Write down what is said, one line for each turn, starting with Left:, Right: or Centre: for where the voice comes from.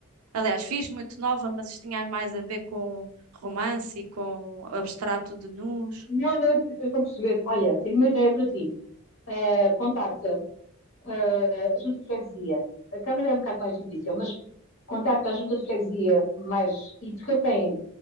Right: Aliás, fiz muito nova, mas isto tinha mais a ver com romance e com abstrato de nus.
Left: Não, não, eu estou a perceber. Olha, tenho uma ideia para ti. Uh, contacta uh, a Junta de Freguesia. A Câmara é um bocado mais difícil, mas contacta a Junta de Freguesia mais. E porque eu tenho